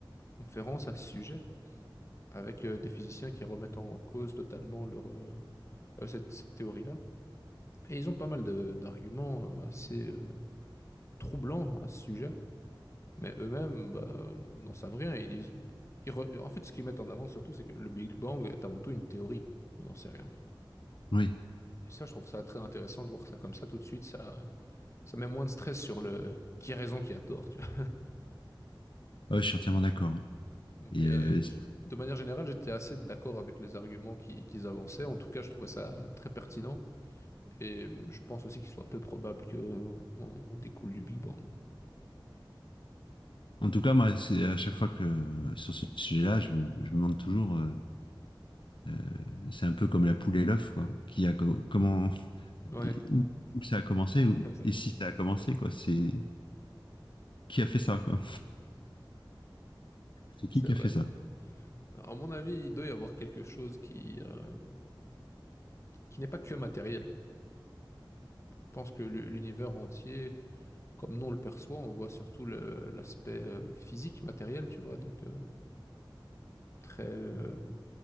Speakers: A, on the left; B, on the left.
A: conférences à ce sujet. avec euh, des physiciens qui remettent en cause totalement leur, euh, euh, cette, cette théorie-là. Et ils ont pas mal de- d'arguments euh, assez euh, troublants à ce sujet, mais eux-mêmes bah, n'en n'en savent rien. Ils disent, ils re- En fait, ce qu'ils mettent en avant surtout, c'est que le Big Bang est avant tout une théorie. On n'en sait rien.
B: Oui,
A: Et ça, je trouve ça très intéressant de voir ça comme ça tout de suite. Ça, ça met moins de stress sur le qui a raison, qui a tort, tu vois.
B: Ouais, je suis entièrement d'accord. oui.
A: Mais
B: Et euh, et c'est-
A: je- de manière générale, j'étais assez d'accord avec les arguments qui- qu'ils avançaient. En tout cas, je trouvais ça très pertinent. Et je pense aussi qu'il soit peu probable qu'on on découle du Big Bang.
B: en tout cas, moi, c'est à chaque fois que sur ce sujet-là, je me, je me demande toujours, euh, euh, c'est un peu comme la poule et l'œuf, quoi. Qui a co- comment,
A: Ouais,
B: et où, où ça a commencé où-
A: <laughs>
B: et si ça a commencé, quoi. C'est qui a fait ça, quoi. C'est qui
A: c'est
B: qui
A: vrai.
B: a fait ça?
A: À mon avis, il doit y avoir quelque chose qui, euh, qui n'est pas que matériel. Je pense que le- l'univers entier, comme nous on le perçoit, on voit surtout le- l'aspect euh, physique, matériel, tu vois, donc euh, très euh,